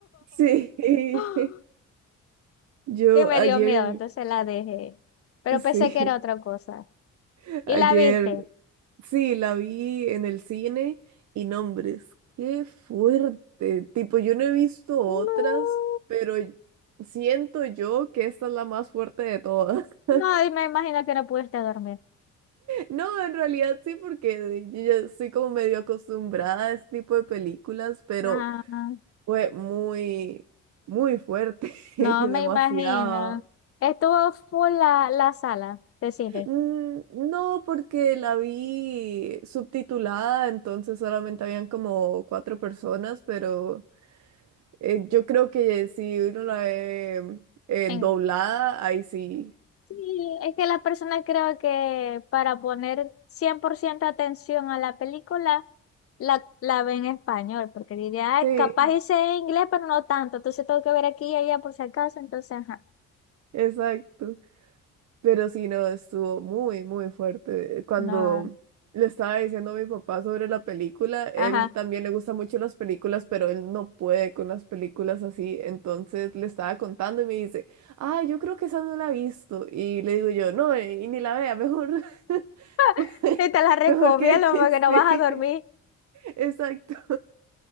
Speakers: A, on the right; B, on the left.
A: sí. <laughs>
B: <laughs>
A: Yo
B: Y me
A: ayer,
B: dio miedo, entonces la dejé. Pero
A: sí,
B: pensé que era otra cosa.
A: <laughs>
B: ¿Y
A: ayer,
B: la viste?
A: sí, la vi en el cine y nombres, qué fuerte. Tipo, yo no he visto otras,
B: No.
A: pero siento yo que esta es la más fuerte de todas. <laughs>
B: No, y me imagino que no pudiste dormir.
A: No, en realidad sí, porque yo ya estoy como medio acostumbrada a este tipo de películas, pero
B: Ah.
A: Fue muy, muy fuerte, <laughs>
B: No
A: demasiado.
B: me imagino. Estuvo full la, la sala de cine.
A: Mm, No, porque la vi subtitulada, entonces solamente habían como cuatro personas, pero eh, yo creo que si uno la ve eh,
B: En-
A: doblada, ahí sí.
B: Sí, es que las personas creo que para poner 100% atención a la película, la, la ven en español, porque diría, "Ay,
A: Sí,
B: capaz hice inglés, pero no tanto, entonces tengo que ver aquí y allá por si acaso, entonces, ajá,
A: exacto. Pero sí, no, estuvo muy, muy fuerte. Cuando
B: no,
A: le estaba diciendo a mi papá sobre la película, él
B: ajá.
A: también le gusta mucho las películas, pero él no puede con las películas así. Entonces le estaba contando y me dice, ah, yo creo que esa no la he visto. Y le digo yo, no, eh, y ni la vea, mejor, <laughs>
B: <laughs> Y te la recomiendo
A: mejor que, <laughs>
B: porque no
A: sí,
B: vas a dormir.
A: exacto.